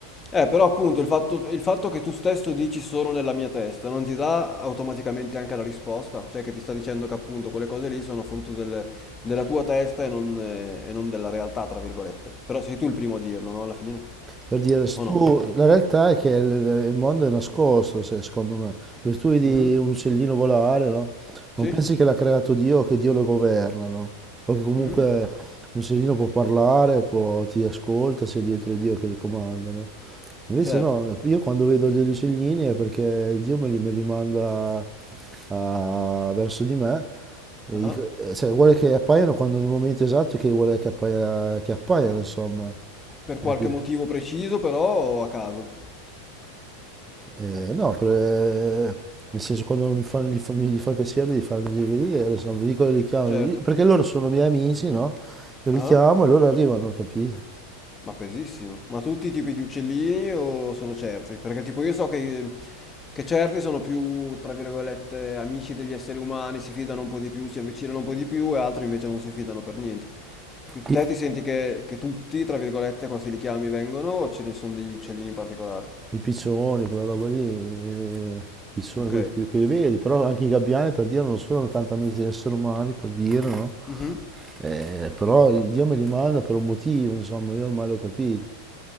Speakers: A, on the left; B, on the right.
A: Eh, però appunto il fatto, il fatto che tu stesso dici solo nella mia testa non ti dà automaticamente anche la risposta, cioè che ti sta dicendo che appunto quelle cose lì sono frutto del- della tua testa e non, eh, e non della realtà, tra virgolette. Però sei tu il primo a dirlo, no? Alla fine,
B: Per dire, se
A: o
B: tu,
A: no?
B: la realtà è che il, il mondo è nascosto, se- secondo me. Per tu vedi
A: Mhm.
B: un uccellino volare, no? Non
A: Sì?
B: pensi che l'ha creato Dio o che Dio lo governa, no? O che comunque
A: Mhm.
B: un uccellino può parlare, può- ti ascolta, se è dietro Dio che li comanda, no? Invece
A: Certo.
B: no, io quando vedo degli uccellini è perché Dio me li, me li manda a- verso di me, e
A: Ah.
B: dico- eh, cioè, vuole che appaiano quando nel momento esatto che vuole che appaia- che appaiano, insomma.
A: Per qualche
B: Capito?
A: motivo preciso, però o a caso.
B: Eh, no, per- eh, nel senso quando mi fanno, gli, fa, mi- gli fa il piacere di farmeli vedere, insomma, vi dico, li chiamo,
A: Certo.
B: li- perché loro sono miei amici, no? Io li
A: Ah.
B: chiamo e loro arrivano, capito?
A: Ma pesissimo. Ma tutti i tipi di uccellini o solo certi? Perché tipo io so che, che certi sono più, tra virgolette, amici degli esseri umani, si fidano un po' di più, si avvicinano un po' di più e altri invece non si fidano per niente. Che-
B: I,
A: Te ti senti che, che tutti, tra virgolette, quasi li chiami, vengono o ce ne sono degli uccellini in particolare?
B: i piccioni, quella roba lì, eh, i piccioni
A: Ok.
B: quelli che, che li vedi, però anche i gabbiani per dire non sono tanto amici degli esseri umani, per dire, no?
A: Mhm,
B: Eh, però Dio me li manda per un motivo, insomma, io ormai l'ho capito.